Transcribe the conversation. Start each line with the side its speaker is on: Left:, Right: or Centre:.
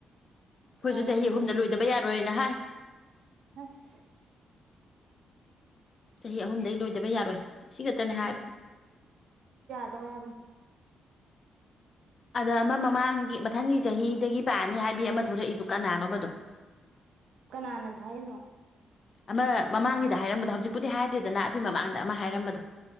Right: ꯊꯋꯥꯏ
Left: ꯈꫭꯏꯁꯨ ꯆꯍꯤ
Right: ꯌꯥꯎꯗꯕꯩꯅꯦ
Left: ꯑꯍꯨꯝꯗ ꯂꯣꯏꯗꯕ ꯌꯥꯔꯣꯏꯅ ꯍꯥꯏ꯫
Right: ꯑꯁ
Left: ꯆꯍꯤ ꯑꯍꯨꯝꯗꯒꯤ ꯂꯣꯏꯗꯕ ꯌꯥꯔꯣꯏ ꯑꯁꯤ ꯈꯛꯇꯅꯦ ꯍꯥꯏꯕ꯫
Right: ꯗꯧꯔꯦ ꯍꯥꯏꯕꯅꯤ
Left: ꯑꯗ ꯑꯃ ꯃꯃꯥꯡꯒꯤ ꯃꯊꯪꯒꯤ ꯆꯍꯤꯗꯒꯤ ꯄꯥꯛꯅꯤ ꯍꯥꯏꯕꯤ ꯑꯃ ꯊꯂꯛꯏꯗꯨ ꯀꯅꯥꯅꯣꯕꯗꯣ꯫
Right: ꯀꯅꯥꯅ ꯊ ꯍꯥꯏꯅꯣ꯫
Left: ꯑꯃ ꯃꯃꯥꯡꯒꯤꯗ ꯍꯥꯏꯔꯝꯕꯗꯣ ꯍꯧꯖꯤꯛꯄꯨꯗꯤ ꯍꯥꯏꯗ꯭ꯔꯤꯗꯅ ꯑꯗꯨꯏ ꯃꯃꯥꯡꯗ ꯑꯃ ꯍꯥꯏꯔꯝꯕꯗꯣ꯫